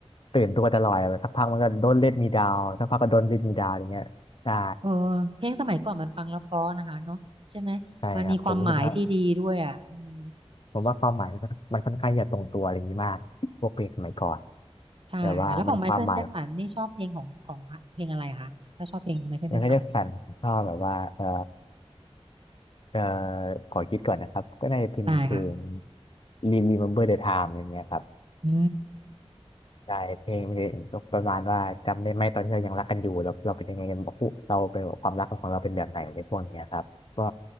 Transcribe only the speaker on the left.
ตื่นตัวจะลอยแบบสักพักมันก็โดนเล่นมีดาวสักพักก็โดนเล็นมีดาวอย่างเงี้ยใช่
ใช่ครับผมรู้สึกว่าผมว่าความหมายมันก็มันค่อนข้างจะตรงตัวอะไรอย่างนี้มากพวกเพลงสมัยก่อน
แบบว่ามันความหมายมันก็จะสั่นชอบแบบว่าเออเออขอคิดก่อนนะครับก็น่าจะเป็นเพลง
Remember the Time อะไรเงี้ยครับ
ใช่เพลงมันจะประมาณว่าจำได้ไหมตอนที่เรายังรักกันอยู่เราเราเป็นยังไงกันบอกผู้เราเป็นความรักของเราเป็นแบบไหนในพวกเนี้ยครับก็